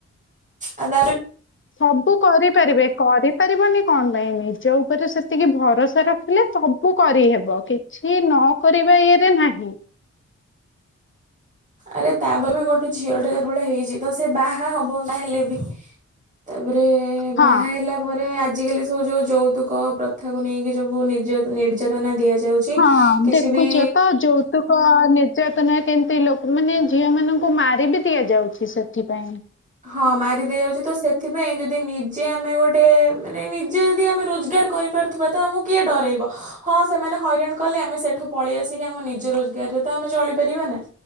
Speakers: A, on the right; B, on the left.
A: ଆ ଦାରୁ
B: ସବୁ କରିପାରିବେ। କରିପାରିବନି କଣ ପାଇଁ? ନିଜ ଉପରେ ସେତିକି ଭରସା ରଖିଲେ ସବୁ କରିହେବ, କି କିଛି ନ କରିବା ଇଏରେ ନାହିଁ।
A: ଆରେ ତାପରେ ବି ଗୋଟେ ଝିଅ ଟେ ଯେତେବେଳେ ହେଇଛି, ତ ସେ ବାହା ହବ ନା ହେଲେ ବି ତାପରେ ବାହା
B: ହଁ
A: ହେଲା ପରେ ଆଜିକାଲି ସବୁ ଯୋଉ ଯୌତୁକ ପ୍ରଥାକୁ ନେଇକି, ଯବୁ ନିର୍ଯ ନିର୍ଯାତନା ଦିଆଯ ଯାଉଚି,
B: ହଁ
A: କିଛି
B: ଦେଖୁଛ
A: ବି
B: ତ ଯୌତୁକ ନିର୍ଯାତନା କେମତି ଲୋକ, ମାନେ ଝିଅ ମାନଙ୍କୁ ମାର ବିି ଦିଆଯାଉଛି ସେଥିପାଇଁ।
A: ହଁ, ମାରି ଦିଆଯାଉଛି ତ, ସେଥିପାଇଁ ଯଦି ନିଜେ ଆମେ ଗୋଟେ, ମାନେ ନିଜେ ଯଦି ଆମେ ରୋଜଗାର କରିପାରୁ ଥିବା ତ, ଆମକୁ କିଏ ଡରାଇବ? ହଁ ସେମାନେ ହଇରାଣ କଲେ, ଆମେ ସେ ଠୁ ପଳେଇ ଆସିକି, ଆମ ନିଜ ରୋଜଗାରରେ ତ ଆମେ ଚଳିପାରିବା ନା।